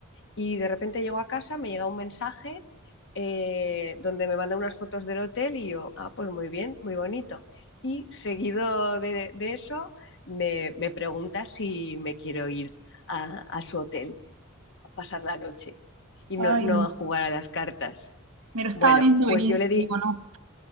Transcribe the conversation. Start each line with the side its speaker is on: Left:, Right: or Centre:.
Left: Y de repente llego a casa, me llega un mensaje eh, donde me manda unas fotos del hotel y yo, ah, pues muy bien, muy bonito. Y seguido de, de eso, me, me pregunta si me quiero ir a, a su hotel a pasar la noche y
Right: Ay,
Left: no, no a jugar a las cartas.
Right: Me lo estaba
Left: Bueno,
Right: viendo
Left: pues
Right: venir,
Left: yo le di,
Right: digo, no.